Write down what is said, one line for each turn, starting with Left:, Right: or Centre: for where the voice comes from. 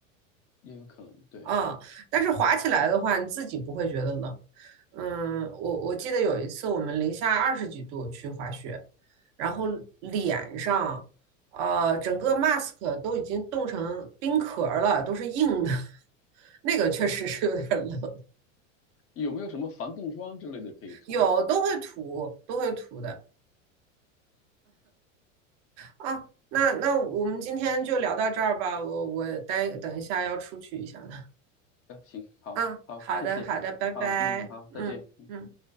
Left: 也有可能。
Right: <laughs>
Left: 对，
Right: 啊。但是滑起来的话，你自己不会觉得冷。嗯，我我记得有一次我们零下二十几度去滑雪，然后脸上呃整个 mask 都已经冻成冰壳儿了，都是硬的，<laughs> 那个确实是有点冷。
Left: 有没有什么防冻霜之类的可以涂？
Right: 有都会涂，都会涂的啊。那那我们今天就聊到这儿吧，我我待等一下要出去一下了
Left: 呃，行，好，
Right: 啊。
Left: 好，
Right: 好的好的，
Left: 谢谢，
Right: 拜拜，
Left: 啊，嗯，好，
Right: 嗯嗯。
Left: 再见。